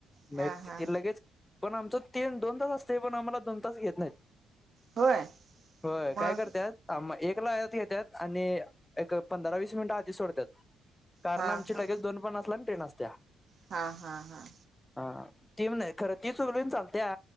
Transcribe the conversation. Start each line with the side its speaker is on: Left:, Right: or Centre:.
Left: मग
Right: हा
Left: एक
Right: हा
Left: ते तीन लगेच पण आमचं तीन दोन तास असते पण आम्हाला दोन तास घेत नाहीत
Right: होय
Left: होय
Right: मग
Left: काय करत्यात ह मग एक ला आत घेत्यात आणि एक पंधरा वीस मिनिट आधी सोडतात कारण
Right: हा
Left: आमची
Right: हा
Left: लगेज दोन पन्नासला आणि ट्रेन असत्या.
Right: हा हा हा
Left: हा तीन नाही ती सोडली की चालत्या.